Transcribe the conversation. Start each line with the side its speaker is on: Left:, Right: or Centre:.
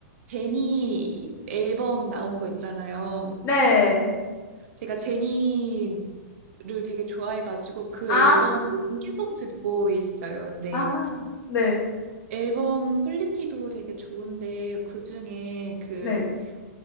Right: 제니 앨범 나온 거 있잖아요.
Left: 네.
Right: 제가 제니를 되게 좋아해가지고, 그
Left: 아.
Right: 앨범 요즘 계속 듣고 있어요. 근데,
Left: 아. 네.
Right: 앨범 퀄리티도 되게 좋은데 그중에 그
Left: 네.